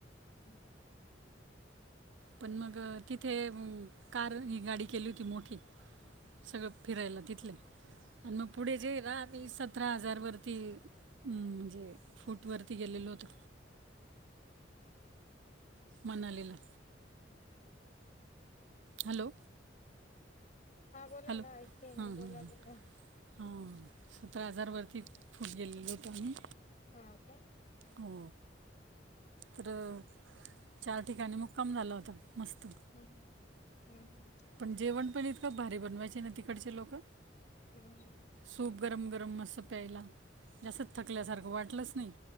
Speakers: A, on the left; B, on the right.
A: <unintelligible>
B: पण मग, तिथे कार ही गाडी केली होती मोठी. सगळं फिरायला तिथल्या. आणि मग पुढे जे रा सतरा हजार वरती, म्हणजे फूट वरती गेले, लो होतो. मणालीला. हॅलो
A: हा बोला
B: हॅलो
A: ना, ऐकतेय मी,
B: हां हां
A: बोला,
B: हां
A: बोला.
B: हां सतरा हजारवरती फुट गलेलो होतो आम्ही.
A: हा का.
B: हो तर, चार ठिकाणी मुक्काम झाला होता. मस्त
A: हम्म- हम्, हम्म - हम्.
B: पण <unintelligible> भारी बनवायची ना तिकडचे लोक.
A: हम.
B: सूप गरम गरम मस्त प्यायला जास् थकल्यासारखं वाटलंच नाही.